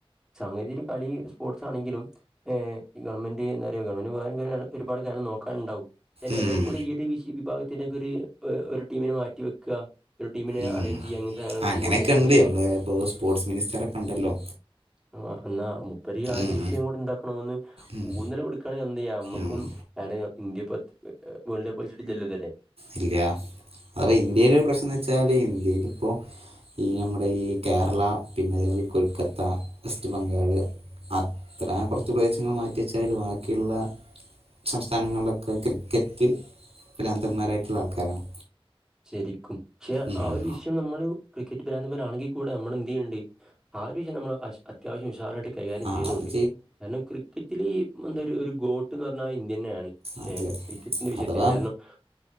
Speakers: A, in the centre; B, on the right (about 85°).
A: സംഗതി ഒരു കളി സ്പോർട്സ് ആണെങ്കിലും ഹ് ഗവൺമെന്റ് എന്താ പറയുക ഗവൺമെന്റ് വേറേം ഒരുപാട് ഒരുപാട് കാര്യാ നോക്കാൻ ഉണ്ടാവും അതിന്റെ
B: ഉം
A: എടേക്കൂടെ ഈ ഒരു വിശി വിഭാഗത്തിനെക്കെ ഒരു ഒരു ടീമിനെ മാറ്റി വെക്കുക ഒരു ടീമിനെ
B: ഉം
A: അറേഞ്ച് ചെയ്യുക അങ്ങനത്തെ സാധനങ്ങൾ
B: ആ അങ്ങനെക്കെ
A: സപ്പോർട്ട് ചെയ്യാൻ അങ്ങനെയൊക്കെ
B: ഉണ്ട് നമ്മള്
A: നോ
B: ഇപ്പോ സ്പോർട്സ് മിനിസ്റ്ററൊക്കെ ഉണ്ടല്ലോ
A: ആ എന്നാ മുപ്പരി ആ ഒരു
B: ഉം
A: വിഷയം കൂടെ എന്താക്കണമന്ന്
B: ഉം
A: ഊന്നൽ കൊടുക്കുകണെങ്കിൽ എന്തേയ്യ നമ്മക്കും
B: ഉം
A: <inaudible> ഇന്ത്യ ഇപ്പ ഏ വേൾഡ് കപ്പ് കളിച്ചിട്ടില്ലല്ലോല്ലേ
B: ഇല്ല അത ഇന്ത്യയില ഒരു പ്രശ്നം എന്ന് വെച്ചാല് ഇന്ത്യയില ഇപ്പോ ഈ നമ്മട ഈ കേരള പിന്നെ അതേപോലെ കൊൽക്കത്ത വെസ്റ്റ് ബംഗാള് അത്ര കൊറച്ച് പ്രദേശങ്ങള് മാറ്റിവെച്ചാല് ബാക്കിയുള്ള സംസ്ഥാനങ്ങളിലൊക്കെ ക്രിക്കറ്റ് പ്രാന്തന്മാരായിട്ടുള്ള ആൾക്കാരാണ്
A: ശരിക്കും പക്ഷെ
B: ഉം
A: ആ ഒരു വിഷയം നമ്മള് ക്രിക്കറ്റ് ബ്രാന്തമ്മാരാണെങ്കി കൂടെ നമ്മൾ എന്ത് ചെയ്യല്ണ്ട് ആ ഒരു വിഷയം നമ്മൾ അശ് അത്യാവശ്യം ഉഷാറായിട്ട് കൈകാര്യം
B: ആ
A: ചെയ്യുന്നുണ്ട്
B: അത്
A: കാരണം ക്രിക്കറ്റില് ഈ എന്താ ഒര് ഒരു ഗോട്ട്ന്ന് പറഞ്ഞാ ഇന്ത്യന്നെയാണ്
B: അതെ
A: ഏഹ് ക്രിക്കറ്റിന്റെ വിഷയത്തില്
B: അഥവാ
A: കാരണം